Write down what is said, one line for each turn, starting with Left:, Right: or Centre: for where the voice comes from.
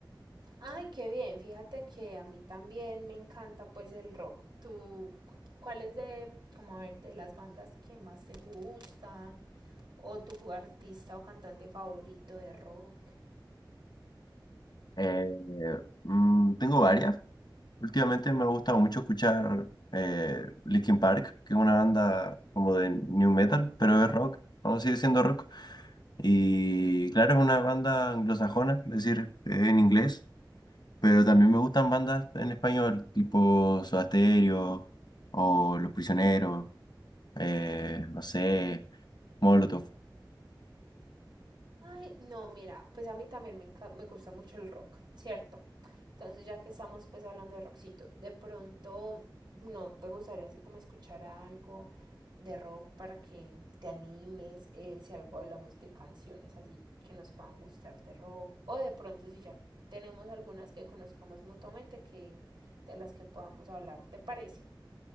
Right: Ay, qué bien. Fíjate que a mí también me encanta pues el rock. ¿Tú cu- cuál es de, como a ver, de las bandas que más te gustan? ¿O tu artista o cantante favorito de rock?
Left: Eh, mm, tengo varias. Últimamente me ha gustado mucho escuchar eh, Linkin Park, que es una banda como de new metal, pero es rock, aún sigue siendo rock. Y claro, es una banda anglosajona, es decir, eh, en inglés, pero también me gustan bandas en español, tipo Soda Stereo o Los Prisioneros, eh, no sé, Molotov.
Right: Ay, no, mira, pues a mí también me, enca- me gusta mucho el rock, ¿cierto? Entonces, ya que estamos pues hablando de rockcito, de pronto, ¿no te gustaría así como escuchar algo de rock para que te animes? Eh, si algo hablamos de canciones así que nos puedan gustar de rock, o de pronto si ya tenemos algunas que conozcamos mutuamente que de las que podamos hablar, ¿te parece?